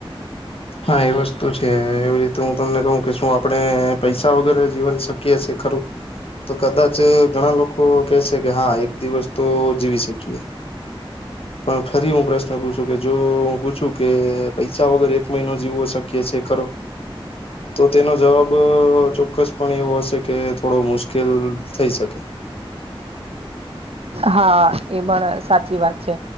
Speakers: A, on the left; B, on the right.
A: હા એ વસ્તુ છે, એવી રીતે હું તમને કહું કે શું આપણે પૈસા વગેરે જીવન શક્ય છે ખરું? તો કદાચ ઘણા લોકો કેશે કે હા એક દિવસ તો જીવી શકીએ, પણ ફરી હું પ્રશ્ન પૂછું કે, જો હું પૂછું કે પૈસા વગર એક મહિનો જીવો શક્ય છે ખરો? તો તેનો જવાબ ચોક્કસ પણ એવો હશે કે થોડો મુશ્કેલ થઈ શકે. <inaudible>
B: હા એ પણ સાચી વાત છે.